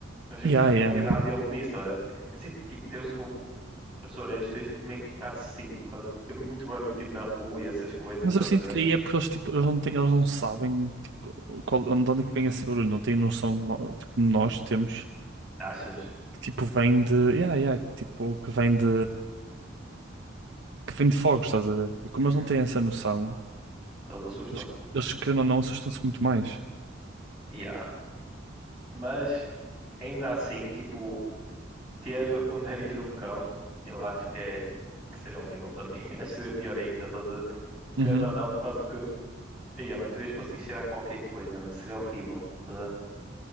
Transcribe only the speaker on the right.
Yeah,
yeah,
yeah.
Mas
eu sinto
que aí é porque eles, tipo, eles não têm, eles não sabem tipo, qual, de onde é que vem esse barulho, não têm noção no- tipo, como nós temos,
que tipo, vem de, yeah, yeah, que, tipo, que vem de, que vem de fogos, estás a ver? E como
eles não têm essa noção,
Eles, eles, querendo ou não, assustam-se muito mais.
Uhum.